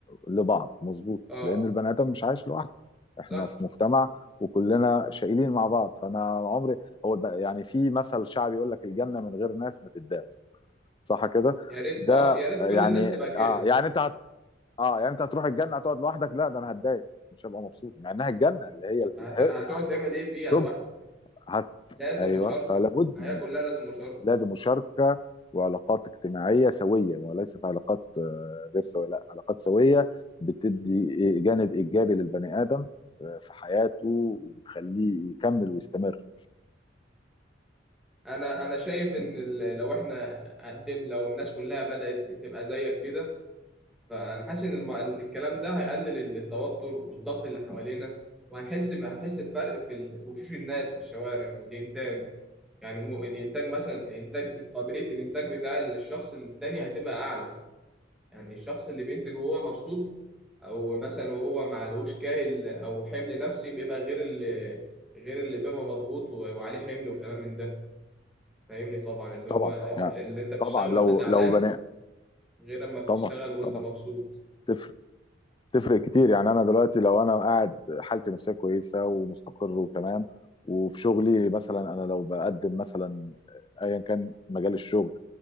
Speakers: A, on the left; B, in the centre.
A: لبعض مظبوط
B: اه
A: لان البني ادم مش عايش لوحده احنا
B: صح
A: في مجتمع وكلنا شايلين مع بعض فانا عمري هو الب- يعني في مثل شعبي يقول لك الجنه من غير ناس ما تداس صح كده
B: يا ريت
A: ده
B: اه يا ريت
A: يعني
B: كل الناس تبقى كده
A: اه يعني انت هت... اه يعني انت هتروح الجنه هتقعد لوحدك لا ده انا هتضايق مش هبقى مبسوط مع انها الجنه اللي هي اله-
B: هت- هتقعد
A: يعني
B: تعمل ايه فيها
A: طب
B: لوحدك
A: هت...
B: لازم
A: ايوه
B: مشاركه
A: فلابد
B: الحياه كلها لازم مشاركه
A: لازم مشاركه وعلاقات اجتماعيه سويه وليست علاقات آه، غير سويه لا علاقات سويه بتدي جانب ايجابي للبني ادم آه، في حياته وبتخليه يكمل ويستمر
B: انا انا شايف ان ال- لو احنا قدم لو الناس كلها بدات تبقى زيك كده فانا حاسس ان الم- الكلام ده هيقلل ال- التوتر والضغط اللي حوالينا وهنحس ب- هنحس بفرق في ال- في وشوش الناس في الشوارع والانتاج يعني مو- الانتاج مثلا الانتاج قابليه الانتاج بتاع الشخص التاني هتبقى اعلى يعني الشخص اللي بينتج وهو مبسوط او مثلا وهو معلهوش كاهل او حمل نفسي بيبقى غير اللي غير اللي بيبقى مضغوط و- وعليه حمل وكلام من ده فاهمني طبعا اللي هو
A: طبعا يعني
B: اللي انت بتشتغل
A: طبعا لو
B: وانت زعلان
A: لو بني
B: غير اما بتشتغل
A: طبعا
B: وانت
A: طبعا
B: مبسوط
A: تفرق تفرق كتير يعني انا دلوقتي لو انا قاعد حالتي النفسيه كويسه ومستقر وتمام وفي شغلي مثلا انا لو بقدم مثلا ايا كان مجال الشغل